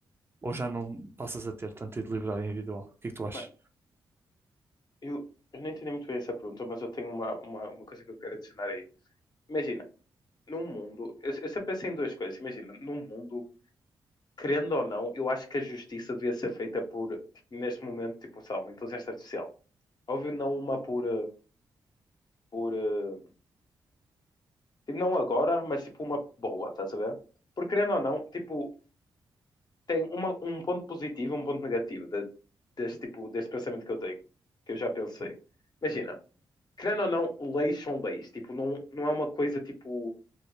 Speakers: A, on the right; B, on the left.
A: ou já não passas a ter tanta liberdade individual. O que é que tu achas?
B: mano, eu, eu não entendi muito bem essa pergunta, mas eu tenho uma, uma, uma coisa que eu quero adicionar aí. Imagina, num mundo. Eu, eu sempre pensei em duas coisas. Imagina, num mundo, querendo ou não, eu acho que a justiça devia ser feita por, tipo, neste momento, tipo, sei lá, uma inteligência artificial. Óbvio, não uma por. eh, por eh, Tipo, não agora, mas tipo uma boa, estás a ver? Porque querendo ou não, tipo, tem uma, um ponto positivo e um ponto negativo de- deste tipo, deste pensamento que eu tenho, que eu já pensei. Imagina, querendo ou não, leis são leis, tipo, não, não é uma coisa tipo